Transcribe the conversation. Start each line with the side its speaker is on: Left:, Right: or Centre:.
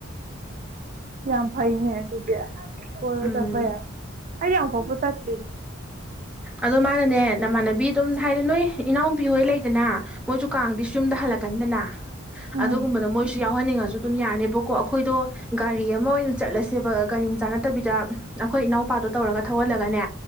Right: ꯌꯥꯝ ꯐꯩꯅꯦ ꯑꯗꯨꯗꯤ ꯍꯗꯄꯌꯥ
Centre: ꯎꯝ
Right: ꯑ ꯄꯄ ꯇꯇꯔꯤꯗ
Centre: ꯑꯗꯨ ꯃꯥꯅꯅꯦ ꯅꯃꯥꯟꯅꯕꯤ ꯑꯗꯨꯝ ꯍꯥꯏꯗꯤ ꯅꯣꯏ ꯏꯅꯥꯎꯄꯤ ꯍꯣꯏ ꯂꯩꯗꯅ ꯃꯣꯏꯁꯨ ꯀꯥꯡꯗꯤ ꯌꯨꯝꯗ ꯍꯜꯂꯛꯀꯟꯗꯅ
Right: ꯎꯝ
Centre: ꯑꯗꯨꯒꯨꯝꯕ ꯃꯣꯏꯁꯨ ꯌꯥꯎ ꯌꯥꯥꯎꯍꯟꯅꯤꯡꯉꯁꯨ ꯑꯗꯨꯝ ꯌꯥꯅꯦꯕꯀꯣ ꯑꯩꯈꯣꯏꯗꯣ ꯒꯥꯔꯤ ꯑꯃ ꯑꯣꯏꯅ ꯆꯠꯂꯁꯦꯕ ꯒꯥꯔꯤ ꯑꯃ ꯆꯥ ꯅꯠꯇꯕꯤꯗ ꯑꯩꯈꯣꯏ ꯏꯅꯥꯎꯄꯥꯗꯣ ꯇꯧꯔꯒ ꯊꯧꯍꯜꯂꯒꯅꯦ